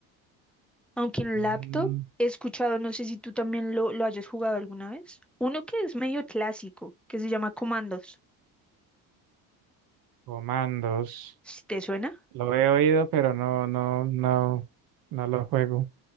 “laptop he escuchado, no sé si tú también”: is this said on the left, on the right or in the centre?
Centre